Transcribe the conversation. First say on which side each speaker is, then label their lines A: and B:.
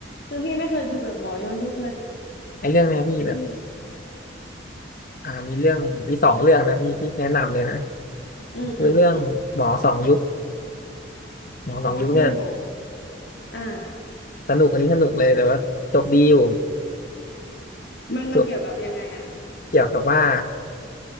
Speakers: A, on the left (about 65°); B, on the left (about 50°).
A: คือพี่ไม่เคยดูแบบหมอย้อนยุคเลย
B: ไอ้เรื่องเนี้ยพี่แบบ
A: อืม
B: อ่ามีเรื่องมีสองเรื่องนะพี่ที่แนะนำเลยนะ
A: อืมอืม
B: คือเรื่องหมอสองยุคหมอสองยุคเนี่ย
A: อ๋อชื่อหมออ่า
B: สนุกอันนี้สนุกเลยแต่ว่าจบดีอยู่
A: มันมันเกี่ยวกับยังไงอ่ะ
B: ตัวเกี่ยวกับว่า